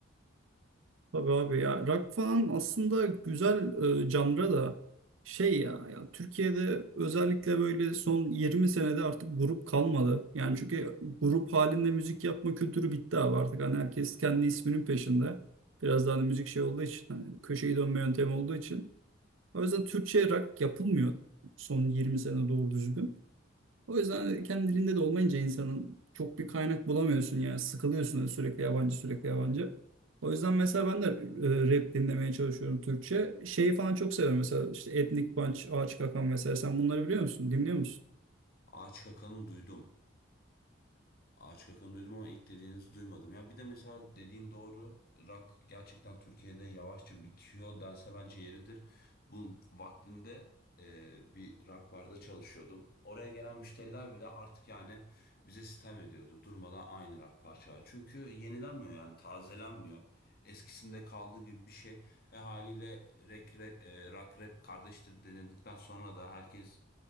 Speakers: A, on the right (about 85°); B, on the left (about 50°).
A: Tabii abi ya rock falan aslında güzel e, janra da şey ya ya Türkiye'de özellikle böyle son 20 senede artık grup kalmadı. Yani çünkü grup halinde müzik yapma kültürü bitti abi artık. Hani herkes kendi isminin peşinde. Biraz daha hani müzik şey olduğu için hani köşeyi dönme yöntemi olduğu için. O yüzden Türkçe rock yapılmıyor son 20 sene doğru düzgün. O yüzden kendi dilinde de olmayınca insanın çok bir kaynak bulamıyorsun yani sıkılıyorsun sürekli yabancı sürekli yabancı. O yüzden mesela ben de e, rap dinlemeye çalışıyorum Türkçe. Şeyi falan çok seviyorum mesela işte Etnik Punch, Ağaç Kakan mesela sen bunları biliyor musun? Dinliyor musun?
B: Ağaç Kaka'nın duydum. Ağaç Kakan'ı duydum ama ilk dediğinizi duymadım. Ya bir de mesela dediğin doğru. Rock gerçekten Türkiye'de yavaşça bitiyor dense bence yeridir. Bu vaktinde e, bir rock barda çalışıyordum. Oraya gelen müşteriler bile artık yani bize sitem ediyordu. Durmadan aynı rock parçayı. Çünkü yenilenmiyor yani tazelenmiyor. Eskisinde kaldığı gibi bir şey. E haliyle rap, rap, e, rock rap kardeştir denildikten sonra da herkes